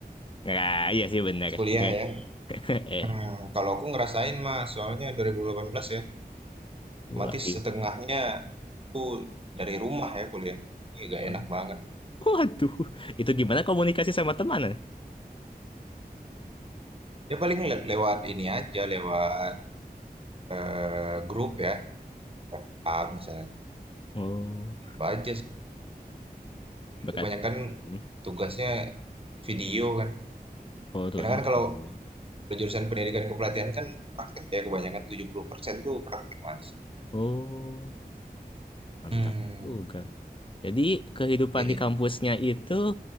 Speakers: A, on the left; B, on the right.
A: nggak iya sih bener
B: pas kuliah
A: Nggak-
B: ya.
A: <laughs> eh
B: Hmm, kalau aku ngerasain Mas, soalnya 2018 ya, otomatis
A: wah gimana
B: setengahnya aku dari rumah ya kuliahnya. Ini nggak
A: <laughs>
B: enak banget.
A: Waduh, itu gimana komunikasi sama teman? ya?
B: Ya paling le- lewat ini aja, lewat eh, grup ya, WhatsApp misalnya
A: Oh,
B: Gitu aja sih. Paling
A: berkat.
B: kebanyakan
A: hmm,
B: tugasnya video kan.
A: Oh, tugasnya
B: Karena kan
A: buat
B: kalau
A: video.
B: kalau jurusan pendidikan kepelatihan kan praktik ya kebanyakan 70% tuh praktik, Mas.
A: Oh, mantap
B: Hmm.
A: juga. Jadi kehidupan
B: Ya, jadi
A: di kampusnya itu